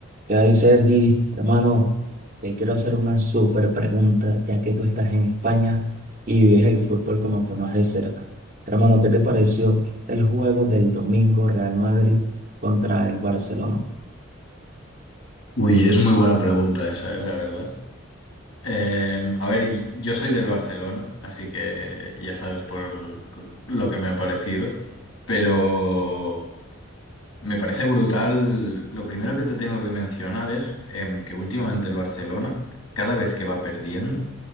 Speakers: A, on the right; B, on the left.
A: ¿Qué hay, Sergi? Hermano, te quiero hacer una súper pregunta, ya que tú estás en España y vives el fútbol como que más de cerca. Hermano, ¿qué te pareció el juego del domingo Real Madrid contra el Barcelona?
B: Uy, es muy buena pregunta esa, eh, la verdad. Eh, a ver, y- yo soy del Barcelona, así que ya sabes por lo que me ha parecido, pero me parece brutal. Lo primero que te tengo que mencionar es em, que últimamente el Barcelona, cada vez que va perdiendo,